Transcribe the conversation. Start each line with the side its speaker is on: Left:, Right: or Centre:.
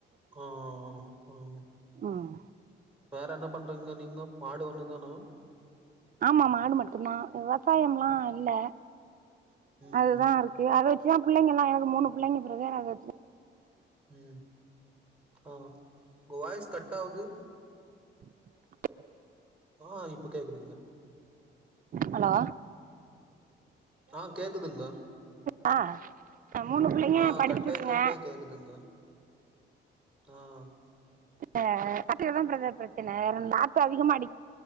Centre: ஆஹ் ஹ்
Right: ம்
Centre: வேற என்ன பண்றீங்கோ நீங்க மாடு ஒண்ணு தானா
Right: ஆமா மாடு மட்டும்தான் விவசாயம் எல்லாம் இல்ல
Centre: ம்
Right: அதுதான் இருக்கு அதவச் தான் பிள்ளைங்கலாம் எனக்கு மூணு பிள்ளைங்க பிரதர் அத வச்சு தா
Centre: உம் ஆஹ் இப்ப வாய்ஸ் கட்ட ஆகுது
Right: <unintelligible>
Centre: ஆஹ் இப்போ கேக்குதுங்க
Right: ஹலோ.
Centre: ஆஹ் கேக்குதுங்க
Right: தா ஆ மூணு பிள்ளைங்க
Centre: ஆஹ்
Right: படிச்சுட்டு
Centre: கட்டாய்
Right: இருக்குங்க
Centre: கட்டாய் கேக்குதுங்க ஆஹ்
Right: அதுல <unintelligible> தான் பிரச்சனை நாத்த அதிகமா அடி